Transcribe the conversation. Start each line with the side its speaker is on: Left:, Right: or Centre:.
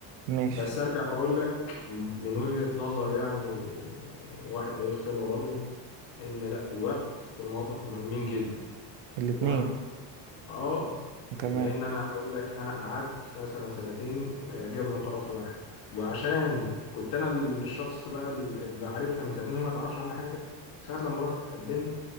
Right: ماشي
Left: بس أرجع وأقول لك من وجهة نظر يعني واحد قليل الخبرة برضه إن لأ الوقت والمواقف مهمين جدا
Right: الاتنين
Left: تمام اه
Right: تمام
Left: لان انا اقول لك انا قعدت مثلا سنتين اعجاب من طرف واحد وعشان كنت انا ال- الشخص بقى ال- اللي عارفها من سنتين وهي ما تعرفش عني حاجه ساعه لما رحت اتقدمت